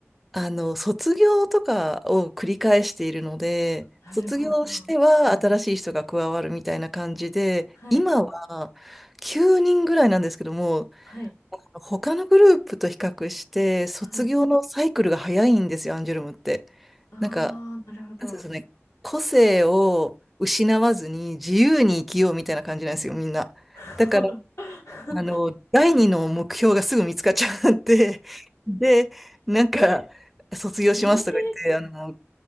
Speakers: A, in the centre; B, on the left (about 90°).
A: あの、卒業とかを繰り返しているので、
B: なるほど。
A: 卒業しては新しい人が加わるみたいな感じで、
B: はい。
A: 今は9人ぐらいなんですけども、
B: はい。
A: 他のグループと比較して、卒業のサイクルが早いんですよ、
B: はい。
A: アンジュルムって。
B: ああ、
A: なんか、
B: なるほど。
A: なんていうんですかね、個性を失わずに自由に生きようみたいな感じなんですよ、みんな。
B: <laughs>
A: だから、あの、第二の目標がすぐ見つかっちゃって、で、なんか、卒業しますとか言って、
B: ええ
A: あの、